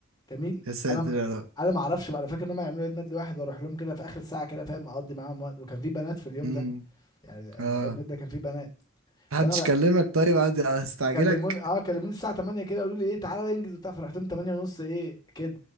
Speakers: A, on the left; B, on the right.
A: جميل
B: يا ساتر
A: انا م-
B: يا رب
A: انا ما اعرفش بقى انا فاكر ان هم يعملوا عيد ميلاد لواحد واروح لهم كده في اخر ساعه كده فاهم اقضي معاهم وقت وكان في بنات في اليوم
B: امم
A: ده يعني ال- ال-
B: اه
A: العيد ميلاد ده كان في بنات
B: محدش
A: فانا ر-
B: كلمك طيب عادي هستعجلك
A: كلموني اه كلموني الساعه 8 كده قالوا لي ايه تعالى انجز وبتاع فرحت لهم 8 ونص ايه كده